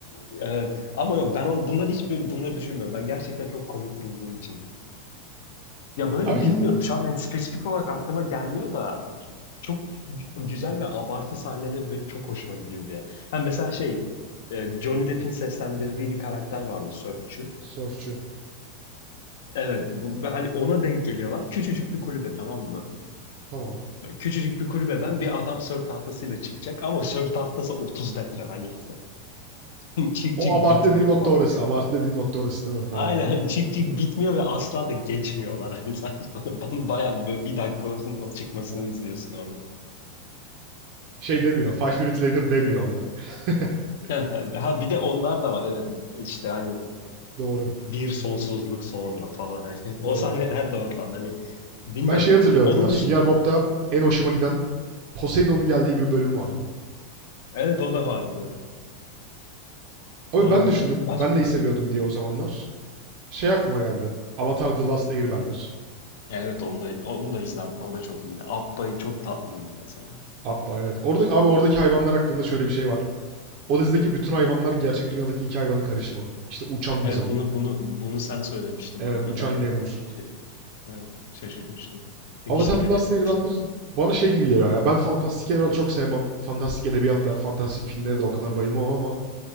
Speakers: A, on the left; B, on the right.
A: Evet. Ama yok ben on, bunları hiç böyle, bunları düşünmüyorum. Ben gerçekten çok komik bulduğum için. Ya böyle
B: Abi
A: bilmiyorum
B: y-
A: şu an ben spesifik olarak aklıma gelmiyor da çok gü- güzel ve abartı sahneleri benim çok hoşuma gidiyor diye. Hem mesela şey e, Johnny Depp'in seslendirdiği bir karakter vardı sörfçü.
B: sörfçü.
A: Evet bu ve hani ona denk geliyorlar. Küçücük bir kulübe tamam mı?
B: Tamam.
A: Küçücük bir kulübeden bir adam sörf tahtasıyla çıkacak ama sörf tahtası 30 metre hani <laughs> çık
B: O
A: çık
B: abartı
A: bitmiyor
B: dediğin nokta
A: falan.
B: orası. Abartı dediğin nokta orası değil mi? Tamam.
A: Aynen hani çık çık bitmiyor ve asla da geçmiyorlar hani <laughs> sanki bana, bana bayağı bir, böyle bir dakika olsun o çıkmasını
B: Evet.
A: izliyorsun
B: Şey demiyor. Five minutes later demiyor onda. <laughs>
A: <laughs> Ha bir de onlar da var evet Bu işte hani
B: Doğru.
A: bir sonsuzluk sonra falan hani <laughs> o
B: Doğru.
A: sahneler de oradan hani bilmiyorum.
B: Ben şey hatırlıyorum
A: Onun
B: ya. Sünger
A: dışında
B: Bob'da en hoşuma giden Poseidon'un geldiği bir bölüm vardı.
A: evet o da vardı.
B: Abi
A: Doğru.
B: ben düşündüm.
A: Baş
B: Ben neyi seviyordum diye o zamanlar. Şey aklıma geldi. Avatar The Last Airbender.
A: evet onu da onu da izlerdim. O da çok iyiydi. Abba'yı çok tatlıydı mesela.
B: Abba evet. Orada, abi oradaki hayvanlar hakkında şöyle bir şey var. O dizideki bütün hayvanlar gerçek dünyadaki iki hayvanın karışımı. İşte uçan
A: Evet
B: bizon.
A: bunu bunu bunu sen söylemiştin
B: Evet
A: bana ve
B: uçan
A: ben
B: lemur.
A: şey evet şaşırmıştım. Çünkü
B: Avatar
A: hiç dikkat
B: The Last
A: etmemiştim.
B: Airbender bana şey gibi geliyor ya. Ben fantastik evren çok sevmem. Fantastik edebiyat da, fantastik filmleri de o kadar bayılmam ama